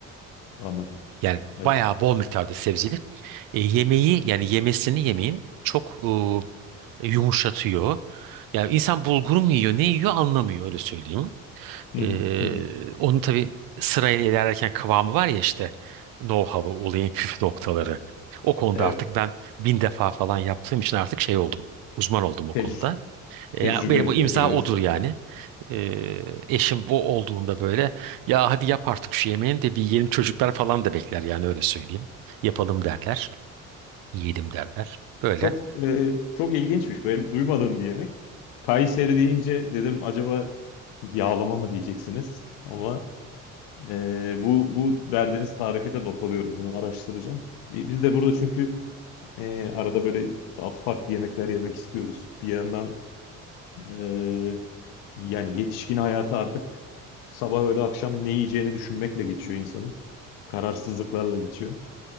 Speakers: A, on the left; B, on the right.
A: Anladım.
B: Yani
A: Evet.
B: bayağı bol miktarda sebzeli. E, yemeği yani yemesini yemeğin çok e, yumuşatıyor. Yani insan bulgur mu yiyor ne yiyor anlamıyor öyle söyleyeyim.
A: Hı
B: E,
A: hı, hı hı.
B: onun tabii sırayla ilerlerken kıvamı var ya işte know-how'ı olayın püf noktaları. O konuda
A: Evet.
B: artık ben bin defa falan yaptığım için artık şey oldum. Uzman oldum o
A: Tec-
B: konuda. E,
A: tecrübe,
B: Yani benim o imza
A: tecrübeniz
B: odur
A: var.
B: yani. E, eşim o olduğunda böyle ya hadi yap artık şu yemeğini de bir yiyelim çocuklar falan da bekler yani öyle söyleyeyim. Yapalım derler. Yiyelim derler. Böyle.
A: Çok e, çok ilginçmiş. Benim duymadığım bir yemek. Kayseri deyince dedim acaba yağlama mı diyeceksiniz? Ama e, bu bu verdiğiniz tarifi de not alıyorum. Bunu araştıracağım. Bi- Biz de burada çünkü e, arada böyle daha farklı yemekler yemek istiyoruz. Bir yandan e, Yani yetişkin hayatı artık sabah öğle akşam ne yiyeceğini düşünmekle geçiyor insanın. Kararsızlıklarla geçiyor.